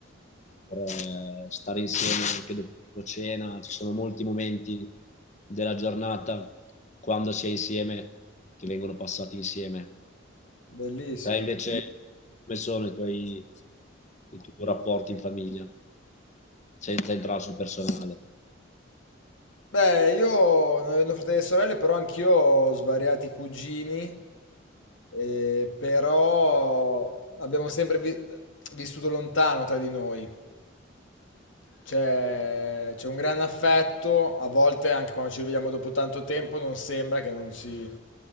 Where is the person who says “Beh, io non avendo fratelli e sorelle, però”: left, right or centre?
Left